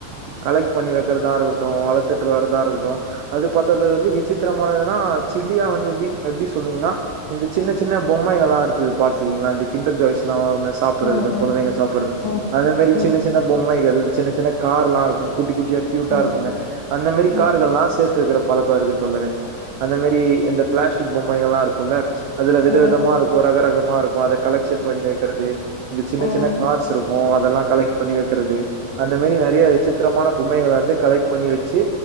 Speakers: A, on the right; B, on the left.
A: கலெக்ட் பண்ணி வைக்கிறதா இருக்கட்டு வளத்துட்டு வர்ரதா இருக்கட்டு அது பாத்தா அது வந்து விசித்திரமானதுனா சின்னதா வந்து எப்டி எப்டி சொல்லுங்கனா இந்த சின்ன சின்ன பொம்மங்கள்லா இருக்குது பாக்க உம் வந்து கிண்டர் ஜாய்ஸ்லா அது மாரி சாப்பிட்றது
B: ம்,
A: இந்த கொழந்தைங்க
B: ம்,
A: சாப்பட்றது
B: ம்,
A: அந்த மாரி
B: ம், ம், ம்,
A: சின்ன சின்ன பொம்மைகள் சின்ன சின்ன கார்லா இருக்கு குட்டி குட்டியா க்யூட்டா
B: ம்,
A: இருக்குங்க அந்த மாரி
B: ம்,
A: கார்கள்லா சேத்து வக்கிற பழக்க இருக்கு தோழரே அந்த மாரி இந்த பிளாஸ்டிக் பொம்மைகள்லா இருக் என்னாச்சு அதுல விதவிதமா
B: ம்.
A: இருக்கு ரகரகம் மாறும் நா அத கலெக்ஷன் பண்ணி வைக்கிற ப்ளீஸ் இந்த சின்ன
B: ம்.
A: சின்ன கார்ஸ் இருக்கு அதெல்லா கலெக்ட் பண்ணி வக்கிறது அந்த மாரி நெறைய விசித்திரமான பொம்மைகள வந்து கலெக்ட் பண்ணி வச்சு